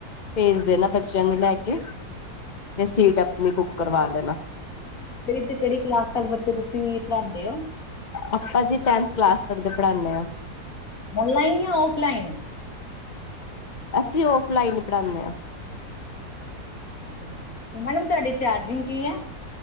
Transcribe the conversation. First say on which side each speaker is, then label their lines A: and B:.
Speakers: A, on the left; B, on the left.
A: ਭੇਜ ਦੇਣਾ ਬੱਚਿਆਂ ਨੂੰ ਲੈ ਕੇ ਤੇ ਸੀਟ ਆਪਣੀ ਬੁਕ ਕਰਵਾ ਲੈਣਾ
B: ਤੁਸੀ ਕਿਹੜੀ ਤੇ ਕਿਹੜੀ ਕਲਾਸ ਤਕ ਬੱਚੇ ਤੁਸੀ ਪੜ੍ਹਾਉਦੇ ਹੋ।
A: ਆਪਾ ਜੀ ਟੈਂਨਥ ਕਲਾਸ ਤਕ ਦੇ ਪੜ੍ਹਾਣੇ ਹਾਂ।
B: ਔਨਲਾਈਨ ਜਾਂ ਔਫਲਾਈਨ
A: ਅਸੀ ਔਫਲਾਈਨ ਹੀ ਪੜ੍ਹਾਉਣੇ ਆਂ।
B: ਤੇ ਮੈਡਮ ਤੁਹਾਡੀ ਚਾਰਜਿੰਗ ਕੀ ਆ